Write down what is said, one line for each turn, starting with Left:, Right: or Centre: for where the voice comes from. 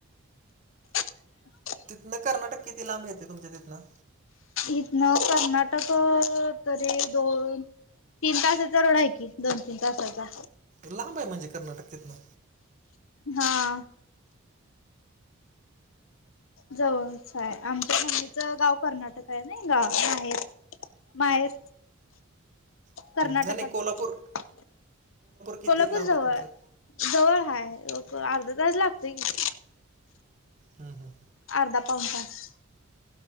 Left: <inaudible>
Right: तिथनं कर्नाटक किती लांब येतय तुमच्या तिथनं?
Left: इथन कर्नाटक तरी दोन.... तीन तासाचा रोड आहे की दोन तीन तासाचा...
Right: लांब आहे म्हणजे कर्नाटक तिथन....
Left: हां..... जवळच हाय आमच्या मुलीचं गाव कर्नाटक आहे ना गाव माहेर... माहेर....
Right: हं,
Left: कर्नाटकात
Right: नाही नाही कोल्हापूर
Left: आहे
Right: किती
Left: कोल्हापूर
Right: लांब आहे
Left: जवळ......
Right: तुमच्यात
Left: जवळ हाय अर्धा तास लागतोय कि....
Right: हम्म हम्म.....
Left: अर्धा पाऊंण तास...